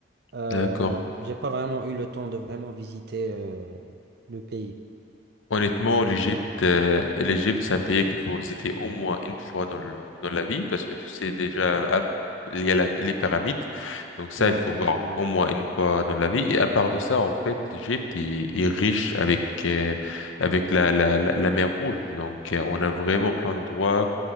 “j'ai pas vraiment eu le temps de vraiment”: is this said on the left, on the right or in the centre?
Right